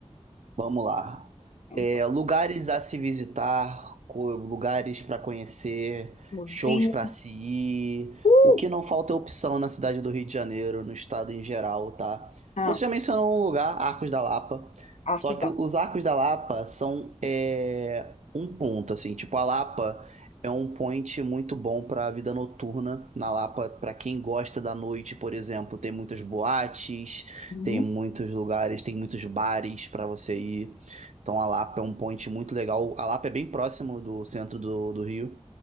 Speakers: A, on the right; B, on the left.
A: Vamos lá.
B: Vamos
A: É,
B: lá.
A: lugares a se visitar, co- lugares para conhecer,
B: Museu.
A: shows para se ir.
B: Uh!
A: O que não falta é opção na cidade do Rio de Janeiro, no estado em geral, tá?
B: Ah,
A: Você já mencionou um lugar, Arcos da Lapa.
B: Arcos
A: Só que
B: da.
A: os Arcos da Lapa são é, um ponto, assim. Tipo, a Lapa é um point muito bom para a vida noturna. Na Lapa, para quem gosta da noite, por exemplo, tem muitas boates.
B: Uhum,
A: Tem muitos lugares, tem muitos bares para você ir. Então a Lapa é um point muito legal. A Lapa é bem próximo do centro do, do Rio.